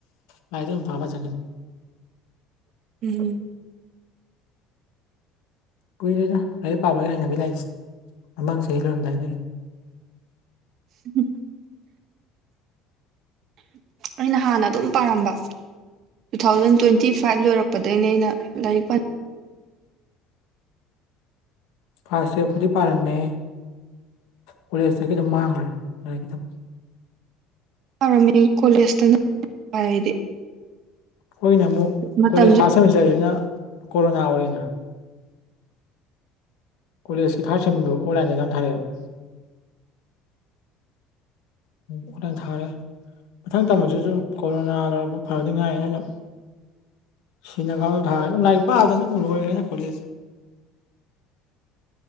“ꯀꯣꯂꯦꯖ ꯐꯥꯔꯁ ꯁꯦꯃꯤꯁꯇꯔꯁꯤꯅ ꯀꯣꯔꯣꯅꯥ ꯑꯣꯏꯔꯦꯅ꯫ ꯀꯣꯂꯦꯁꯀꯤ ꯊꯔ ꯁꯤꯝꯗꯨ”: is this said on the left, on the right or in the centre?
Left